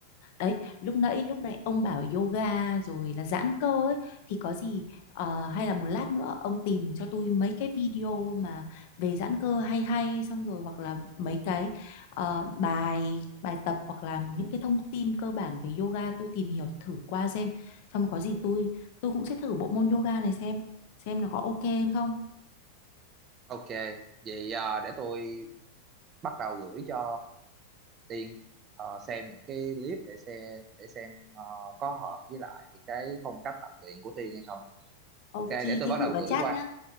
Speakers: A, on the left (about 50°); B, on the right (about 30°).
A: đấy, lúc nãy lúc nãy ông bảo yoga rồi là giãn cơ ấy thì có gì à, hay là một lát nữa ông tìm cho tôi mấy cái video mà về giãn cơ hay hay xong rồi hoặc là mấy cái ờ, bài bài tập hoặc là những cái thông tin cơ bản về yoga tôi tìm hiểu thử qua xem. Xong có gì tôi tôi cũng sẽ thử bộ môn yoga này xem xem nó có ok hơn không.
B: Ok, vậy à, để tôi bắt đầu gửi cho Tiên ờ, xem những cái clip để xem để xem ờ, có hợp với lại cái phong cách tập luyện của Tiên hay không.
A: Ok,
B: Ok, để tôi
A: thế
B: bắt
A: gửi
B: đầu
A: vào
B: gửi
A: chat
B: qua.
A: nhá.